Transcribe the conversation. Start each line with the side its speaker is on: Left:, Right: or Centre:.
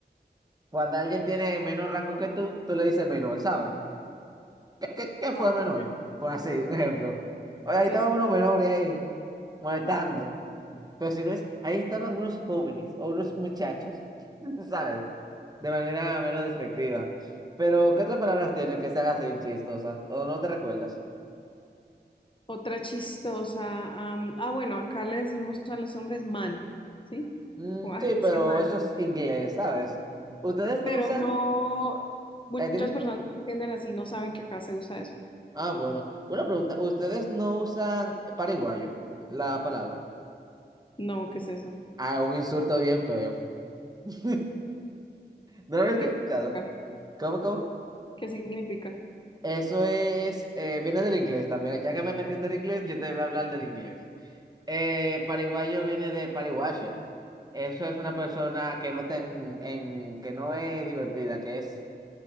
Right: Cuando alguien tiene menor rango que tú, tú le dices menor, ¿sabes? ¿Qué, qué, qué fue
Left: Ah,
Right: menor?
Left: ok.
Right: Por así, un ejemplo. Oye, ahí
Left: Sí,
Right: estaba
Left: sí.
Right: uno menor y ahí, molestando. Pero si no es, ahí estaban unos jóvenes o unos muchachos, <laughs> ¿sabes? De manera menos despectiva. Pero, ¿qué otras palabras tiene que se haga así chistosa? ¿O no te recuerdas?
Left: Otra chistosa. am, ah, bueno, acá le decimos a los hombres man, ¿sí?
Right: Mm,
Left: Como, ay,
Right: sí,
Left: ese
Right: pero
Left: man.
Right: eso es inglés, ¿sabes? ¿Ustedes no
Left: Pero
Right: usan?
Left: no, muchas
Right: eh, dime.
Left: personas no lo entienden así, no saben que acá se usa eso.
Right: Ah, bueno. Una pregunta. ¿Ustedes no usan paraguayo, la palabra?
Left: No, ¿qué es eso?
Right: Ah, un insulto bien feo. <laughs> ¿No lo habéis
Left: ¿Qué
Right: escuchado?
Left: significa?
Right: ¿Cómo, cómo?
Left: ¿Qué significa?
Right: Eso es, eh, viene del inglés también. Ya que me metiste en inglés, yo te voy a hablar del inglés. Eh, pariguayo viene de party-washer. Eso es una persona que no, ten- en, que no es divertida, que es